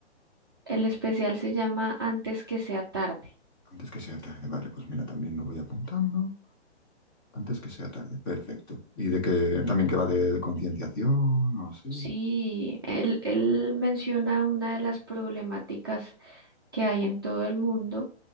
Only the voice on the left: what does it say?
antes que sea tarde. Vale, pues mira, también lo voy apuntando. Antes que sea tarde. Perfecto. ¿Y de que también que va de concienciación o así?